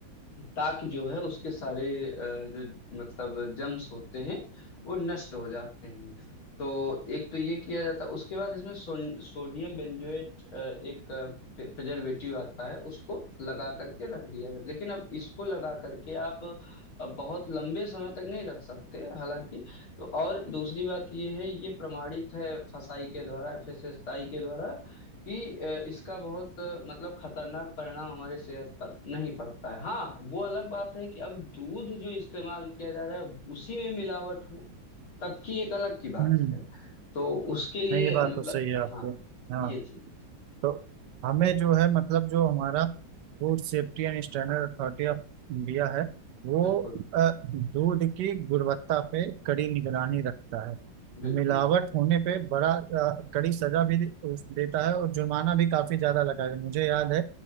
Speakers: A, on the left; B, on the right.
A: ताकि जो है उसके सारे अ, जो मतलब जम्स होते हैं वो नष्ट हो जाते हैं तो एक तो ये किया जाता है उसके बाद इसमें सो, सोडियम बेंजोएट अ, एक प्रिजर्वेटिव आता है उसको लगा करके रख दिया जाता है लेकिन अब इसको लगा करके आप अ, बहुत लंबे समय तक नहीं रख सकते हालांकि तो और दूसरी बात ये है ये प्रमाणित है फसाई के द्वारा एफएसएसआई के द्वारा कि अ, इसका बहुत अ, मतलब खतरनाक परिणाम हमारी सेहत पर नहीं पड़ता है हाँ वो अलग बात है कि अब दूध जो इस्तेमाल किया जा रहा है उसी में मिलावट हो तब की एक अलग की बात
B: हम्म
A: है तो उसके लिए
B: नहीं ये बात
A: मतलब
B: तो सही है आपके
A: हाँ
B: हाँ
A: ये चीज
B: तो हमें जो है मतलब जो हमारा food safety and standard authority of India है वो
A: बिल्कुल
B: अ, दूध की गुणवत्ता पे कड़ी निगरानी रखता है
A: बिल्कुल
B: मिलावट
A: बिल्कुल
B: होने पे बड़ा अ, कड़ी सजा भी दे- उस- देता है और जुर्माना भी काफी ज्यादा लगाया है। मुझे याद है